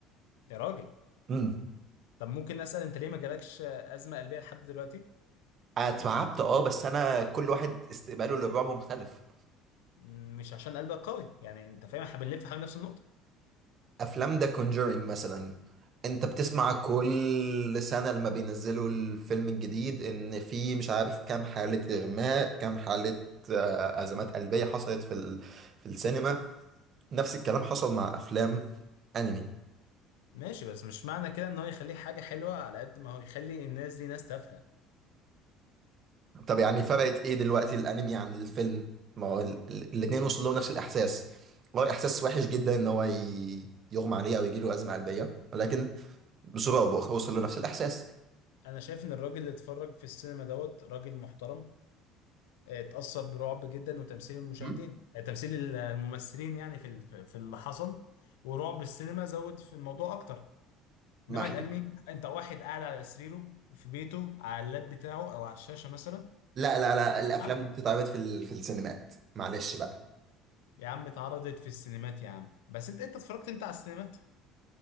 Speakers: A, on the left; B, on the right.
A: يا راجل
B: امم
A: طب ممكن اسأل انت ليه ما جالكش ازمة قلبية لحد دلوقتي
B: اتعبت اه بس انا كل واحد استقباله للرعب مختلف
A: م، مش عشان قلبك قوي يعني انت فاهم احنا بنلف حوالين نفس النقطة
B: افلام ذا كونجورينج مثلا انت بتسمع كل سنة لما بينزلوا الفيلم الجديد ان في مش عارف كام حالة اغماء كام حالة آه، ازمات قلبية حصلت في ال... في السينما نفس الكلام حصل مع افلام انمي
A: ماشي بس مش معنى كده ان هو يخليه حاجة حلوة على قد ما هو يخلي الناس دي ناس تافهة
B: طب يعني فرقت ايه دلوقتي الانمي عن الفيلم ما هو ال- ال- الاتنين وصلوا نفس الاحساس والله احساس وحش جدا ان هو ي... يغمى عليه او يجيله ازمة قلبية ولكن بصورة او باخرى وصل له نفس الاحساس
A: انا شايف ان الراجل اللي اتفرج في السينما دوت راجل محترم آه، اتأثر برعب جدا وتمثيل المشاهدين
B: مم.
A: آه، تمثيل الممثلين يعني في ال- في اللي حصل ورعب السينما زود في الموضوع اكتر
B: ما
A: انما الانمي انت واحد قاعد على سريره في بيته على اللاب بتاعه او على الشاشه مثلا
B: لا لا لا
A: بيلعب.
B: الافلام دي بتتعرض في ال... في السينمات معلش بقى
A: يا عم اتعرضت في السينمات يا عم بس انت انت اتفرجت انت على السينمات